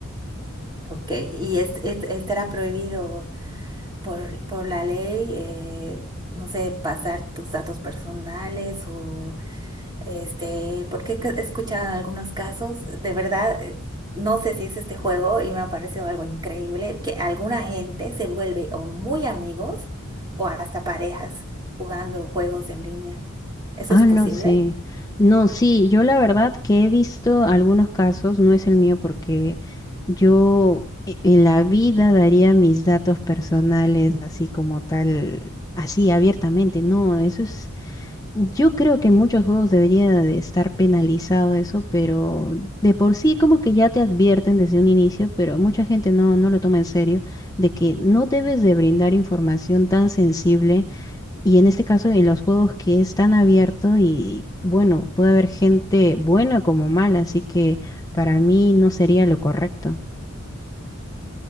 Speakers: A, on the right (about 20°); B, on the left (about 15°).
A: Ok, y es- es- estará prohibido por, por la ley, eh, no sé, pasar tus datos personales o Este, porque he escuchado algunos casos, de verdad, eh, no sé si es este juego y me ha parecido algo increíble, que alguna gente se vuelve o muy amigos o hasta parejas jugando juegos en línea. ¿Eso
B: Ah,
A: es posible?
B: no, Mm. sí. No, sí, yo la verdad que he visto algunos casos, no es el mío porque yo e- en la vida daría mis datos personales así como tal, así abiertamente. No, eso es Yo creo que en muchos juegos debería de estar penalizado eso, pero de por sí como que ya te advierten desde un inicio, pero mucha gente no, no lo toma en serio, de que no debes de brindar información tan sensible y en este caso en los juegos que es tan abierto y bueno, puede haber gente buena como mala, así que para mí no sería lo correcto.